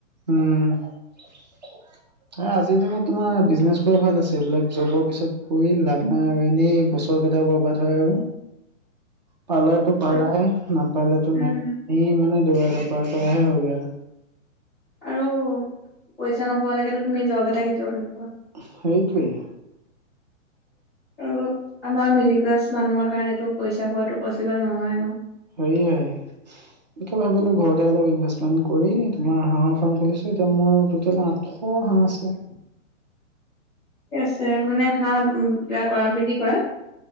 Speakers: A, on the right (about 35°); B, in the centre.
A: উম। এ আজ আজিৰ দিনত তোমাৰ, বিজনেছ কৰা ভাল আছে। এইবিলাক জবৰ পিছত ঘূৰি লাভ নাই আৰু, এনেই বছৰ কেইটা বৰ্বা বাদ হয় আৰু। পালাইটো পালাই,
B: আৰু
A: নাপালেটো
B: উম
A: নাই। এই মানে দৌৰা ধপৰা কৰাহে হয়গৈ আৰু।
B: আৰু পইচা নোপোৱালৈকেটো তুমি, জব এটা কেতিয়াও নোপোৱা।
A: সেইটোৱেই।
B: আৰু আমাৰ মিডিল ক্লাছ মানুহৰ কাৰণেটো, পইচা খোৱাটো পচিবল নহয় ন।
A: সেইয়াই, তাকে ভাবিলো ঘৰতে অলপ ইনভেছ মেণ্ট কৰি তোমাৰ হাঁহৰ ফাৰ্ম খুলিছোঁ, এতিয়া মোৰ টোটেল আঠশ হাঁহ আছে। <inaudible>
B: ছে মানে হাঁহ উ এয়া কৰা বিক্ৰী কৰা।